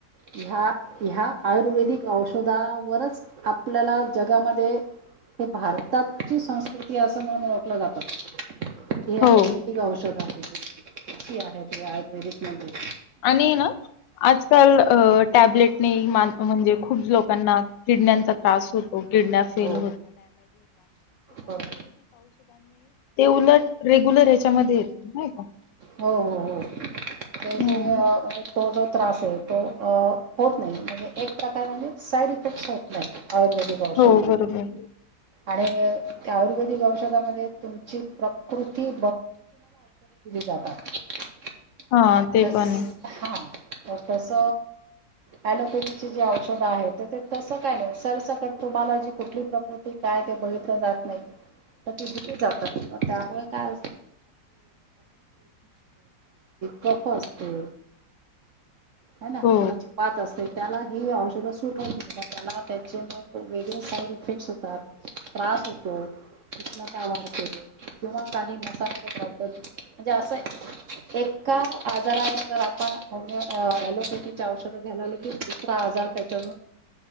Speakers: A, on the right; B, on the left.
A: ह्या ह्या आयुर्वेदिक औषधावरचं आपल्याला जगामध्ये हे भारतात ची संस्कृती असं म्हणुन ओळखलं जात की हे आयुर्वेदिक
B: हो
A: औषध कशी आहे ते आयुर्वेदिक म्हणजे
B: आणि ना आजकाल अ टॅब्लेटनी मा म्हणजे खूप लोकांना किडन्यांचा त्रास हो तो, किडन्या फेल
A: हो बरोबर
B: ते उलट रेग्युलर ह्याच्यामध्ये येत नाही का
A: हो-हो-हो त्याच्या,
B: हं.
A: तो जो त्रास आहे तो होत नाही म्हणजे एक प्रकारे म्हणजे साईड इफेक्ट्स होत नाहीत. आयुर्वेदिक औषधान
B: हो बरोबर.
A: आणि, त्या आयुर्वेदिक औषधामध्ये तुमची प्रकृती जातात.
B: हां, ते
A: बस
B: पण आहे.
A: हा. कस ॲलोपॅथीची जे औषध आहे ते तस काय नाही. सरसकट तुम्हाला जी कुठली प्रकृती काय ते बघितलं तर त दिली जातात. त्यामुळे काय कफ असतो. हाय ना
B: हो.
A: कोणाची वात असते. त्याला हे औषध सूट होत नाही. त्याला त्याचे मग वेगळे साईड इफेक्ट होतात. त्रास होतो. उष्णता वाढते किंवा काही मसालचा प्रॉब्लेम, म्हणजे असं एक का आजारावर जर आपण होमिओ अ ॲलोपॅथीची औषधं घ्यायलं लागलो की दुसरा आजार त्याच्या